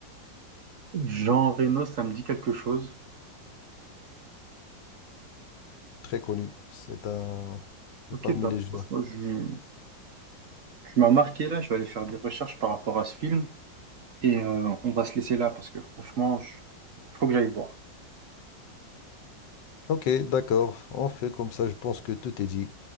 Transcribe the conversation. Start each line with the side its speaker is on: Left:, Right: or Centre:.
Right: Jean Reno, ça me dit quelque chose.
Left: très connus. C'est un, c'est
Right: Ok,
Left: parmi
Right: bah,
Left: les gens.
Right: Moi, je- tu m'as marqué là, je vais aller faire des recherches par rapport à ce film et euh, on va se laisser là parce que franchement, je- faut que j'aille voir.
Left: Ok, d'accord, on fait comme ça, je pense que tout est dit.